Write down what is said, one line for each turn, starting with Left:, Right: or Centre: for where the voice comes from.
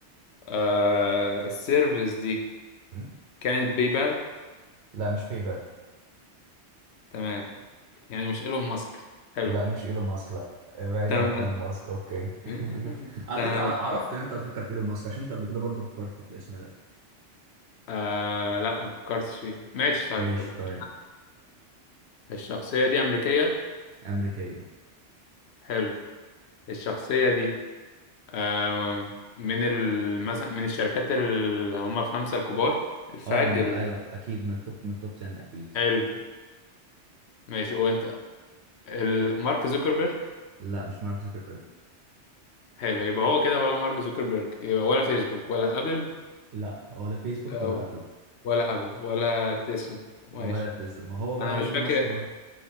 Left: آه السيرفيس دي
Right: م?
Left: كانت باي بال
Right: لا مش بيبال
Left: تمام يعني مش ايلون ماسك حلو
Right: لا مش إيلون ماسك لا آه، بعيدا
Left: تمام
Right: عن إيلون ماسك أوكي
Left: <laughs>
Right: <laughs> على
Left: تمام
Right: فكرة عرفت إن أنت هتفكر في إيلون ماسك عشان أنت قبل كده برضو فكرت في الاسم ده
Left: آه لا ما فكرتش فيها ماشي طيب
Right: ماشي
Left: تمام
Right: طيب
Left: الشخصيه دي امريكيه
Right: أمريكية
Left: حلو الشخصيه دي آه، من ال... مثلا من الشركات اللي هم الخمسة الكبار الفاج
Right: اه م... ايوه
Left: ال...
Right: اكيد من التوب من التوب 10 اكيد
Left: حلو ماشي وانت ال... مارك زوكربيرج
Right: لا مش مارك زوكربيرج
Left: حلو يبقى هو كده ولا مارك زوكربيرج يبقى ولا فيسبوك ولا ابل
Right: لا ولا فيسبوك
Left: آه،
Right: ولا ابل
Left: ولا ابل ولا تسلا ماشي
Right: ولا تسلا ما هو بقى
Left: انا
Right: ايلون
Left: مش فاكر
Right: ماسك بقى